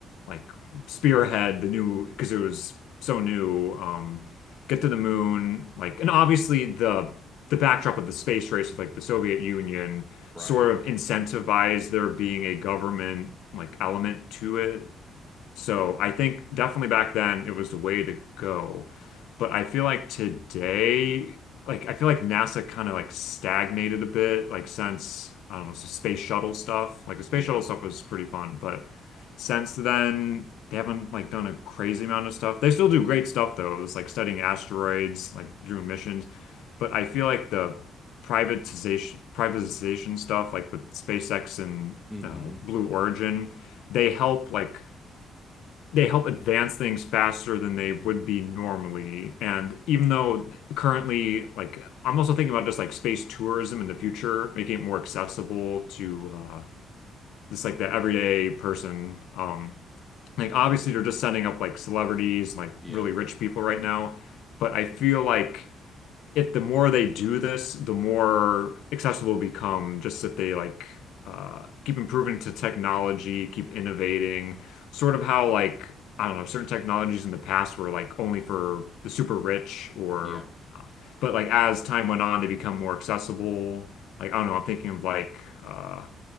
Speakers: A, on the left; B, in the centre.
A: like spearhead the new because it was so new, um, get to the moon, like and obviously the the backdrop of the space race with like the Soviet Union
B: right.
A: sort of incentivized there being a government like element to it so I think definitely back then it was the way to go. But I feel like today, like I feel like NASA kind of like stagnated a bit, like since I don't know, the space shuttle stuff. Like the space
B: Yeah.
A: shuttle stuff was pretty fun, but since then they haven't like done a crazy amount of stuff. They still do great stuff though. It's like studying asteroids, like doing missions. But I feel like the privatization privatization stuff, like with SpaceX and
B: Mm-hmm.
A: uh, Blue Origin, they help like they help advance things faster than they would be normally. And even though currently, like, I'm also thinking about just like space tourism in the future, making it more accessible to uh, just like the everyday person. Um, like, obviously, they're just sending up like celebrities, like
B: Yeah.
A: really rich people right now. But I feel like if the more they do this, the more accessible it'll become, just if they like uh, keep improving to technology, keep innovating, sort of how like I don't know, certain technologies in the past were like only for the super rich or
B: Yeah.
A: uh, but like as time went on, they become more accessible. Like I don't know, I'm thinking of like uh,